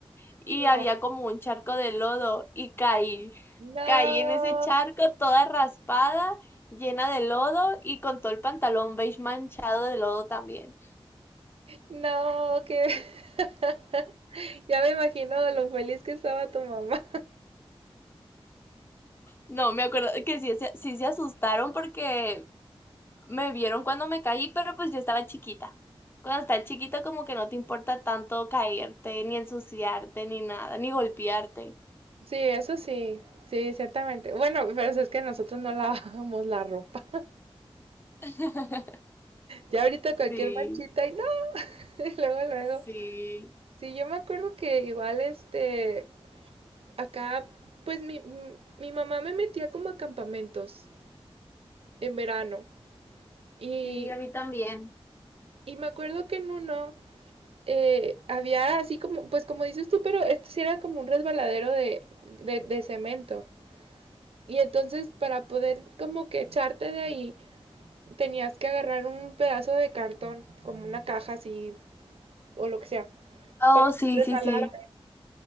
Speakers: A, on the left; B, on the right.
A: y
B: no.
A: había como un charco de lodo y caí.
B: No.
A: Caí en ese charco toda raspada, llena de lodo y con todo el pantalón beige manchado de lodo también.
B: No, que. <laughs> ya me imagino de lo feliz que estaba tu mamá.
A: No, me acuerdo que sí, se- sí se asustaron porque me vieron cuando me caí, pero pues yo estaba chiquita. Cuando estás chiquita como que no te importa tanto caerte, ni ensuciarte, ni nada, ni golpearte.
B: Sí, eso sí. Sí, ciertamente. Bueno, pero es que nosotros no lavábamos la ropa.
A: <laughs>
B: Ya ahorita cualquier
A: Sí,
B: manchita y no. <laughs> Y luego, luego.
A: sí,
B: Sí, yo me acuerdo que igual este, Acá, pues mi, mi mamá me metía como a campamentos en verano y,
A: sí, a mí también.
B: y me acuerdo que en uno eh, había así como, pues como dices tú, pero este sí era como un resbaladero de, de, de cemento. Y entonces para poder como que echarte de ahí, tenías que agarrar un pedazo de cartón, como una caja así o lo que sea,
A: Oh,
B: para
A: sí,
B: poder
A: sí,
B: resbalarte.
A: sí.